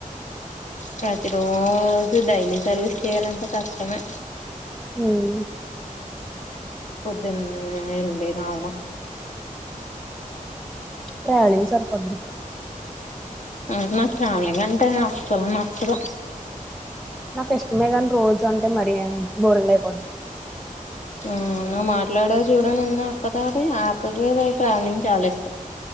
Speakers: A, on the left; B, in the centre.
A: ప్రతిరోజు డైలీ సర్వీస్ చేయ్యాలంటే కష్టమే
B: అవును
A: పొద్దున్నే ఎల్లి రావ
B: ట్రావెలింగ్ సరిపోద్ది.
A: అ నాక్ ట్రావెలింగ్ అంటే అస్సలు నచ్చదు.
B: నాకిష్టమే గని రోజు అంటే మర బోరింగ్ అయిపోతుం
A: మ్ నువ్ మాట్లాడావ్ చూడు నిన్న అక్క తోటి ఆ అక్కకి ట్రావెలింగ్ చాలా ఇష్టం.